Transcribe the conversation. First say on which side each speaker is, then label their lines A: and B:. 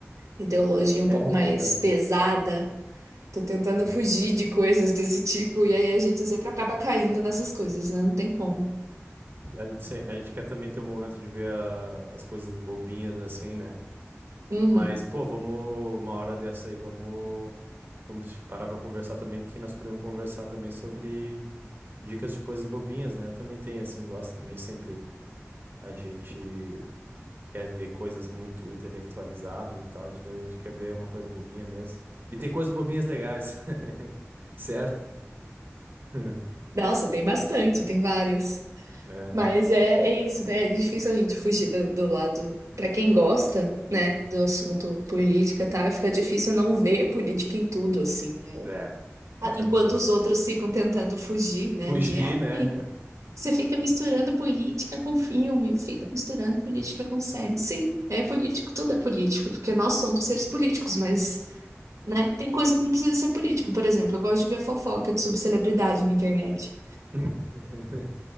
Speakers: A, on the right; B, on the right.
A: ideologia um
B: É,
A: pouco mais
B: então.
A: pesada. Tô tentando
B: Pois
A: fugir
B: é, né?
A: de coisas desse tipo, e aí a gente sempre acaba caindo nessas coisas, né? Não tem como.
B: A gente, se- a gente quer também ter um momento de ver a- as coisas bobinhas, assim, né?
A: Uhum.
B: Mas, pô, vamos uma hora dessa aí, vamos vamos parar pra conversar também, que nós podemos conversar também sobre dicas de coisas bobinhas, né? Eu também tenho, assim, gosto, nem sempre a gente quer ver coisas muito intelectualizadas e tal, de vez a gente quer ver uma coisa bobinha mesmo. E tem coisas bobinhas legais, <laughs> certo? <laughs>
A: Nossa, tem bastante, tem vários.
B: É,
A: Mas é, é isso, né? É difícil a gente fugir do, do lado. Pra quem gosta, né, do assunto política, tá? Fica difícil não ver política em tudo, assim. É.
B: É. com
A: Ah,
B: certeza.
A: Enquanto os outros ficam tentando fugir, né?
B: Fugir,
A: De, ai,
B: né?
A: você fica misturando política com filme, fica misturando política com série. Sim, é político, tudo é político, porque nós somos seres políticos, mas, né, tem coisa que não precisa ser política. Por exemplo, eu gosto de ver fofoca de subcelebridade na internet
B: <laughs>